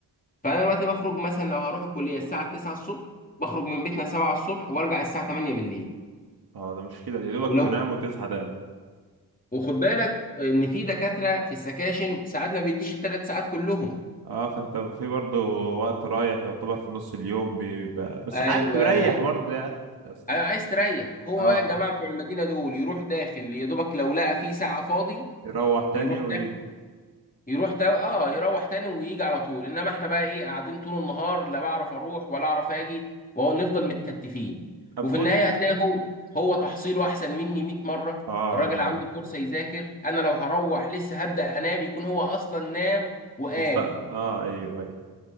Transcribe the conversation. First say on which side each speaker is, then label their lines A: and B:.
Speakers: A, on the left; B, on the right.
A: فانا دلوقتي بخرج مثلا لو هروح الكليه الساعه 9 الصبح بخرج من بيتنا 7 الصبح وارجع الساعه 8 بالليل
B: اه ده مشكلة دي يا دوبك
A: ولو
B: تنام وتصحى تاني
A: وخد بالك ان في دكاتره في السكاشن ساعات ما بيديش الثلاث ساعات كلهم
B: اه فانت في برضه وقت رايح يعتبر في نص اليوم بيبقى بس
A: ايوه
B: عادي بتريح برضه يعني بس
A: انا
B: مش-
A: عايز تريح هو
B: اه
A: بقى الجماعه بتوع المدينه دول يروح داخل يا دوبك لو لقى في ساعه فاضي
B: يروح تاني
A: يروح
B: ويجي
A: يروح تا... اه يروح تاني ويجي على طول انما احنا بقى ايه قاعدين طول النهار لا بعرف اروح ولا اعرف اجي ونفضل متكتفين
B: طب
A: وفي
B: بص
A: النهايه هتلاقي هو هو تحصيله احسن مني 100 مره
B: اه
A: الراجل
B: ايوه
A: عنده فرصه يذاكر انا لو هروح لسه هبدا انام يكون هو اصلا نام وقام
B: وفي سا- اه ايوه ايوه